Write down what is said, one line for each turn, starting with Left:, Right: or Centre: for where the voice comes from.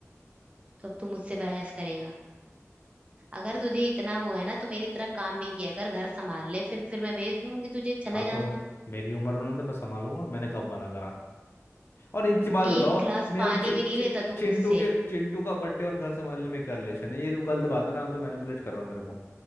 Right: तो अब तू मुझसे बहस करेगा अगर तुझे इतना वो है ना तो मेरी तरह काम भी किया कर घर संभाल ले फिर फिर मैं भेज दूंगी तुझे चले
Left: हाँ
Right: जाना
Left: तो
Right: तू
Left: मेरी उम्र होने तो मैं संभालूंगा मैंने कब मना करा और एक की बात बताओ
Right: एक गिलास
Left: मेरा
Right: पानी
Left: चि,
Right: भी नहीं
Left: चि,
Right: लेता तू
Left: चिंटू
Right: खुद से
Left: के चिंटू का बर्थडे और घर संभालने में क्या रिलेशन है ये तो गलत बात है ना आप तो मैनिपुलेट कर रहे हो मेरे को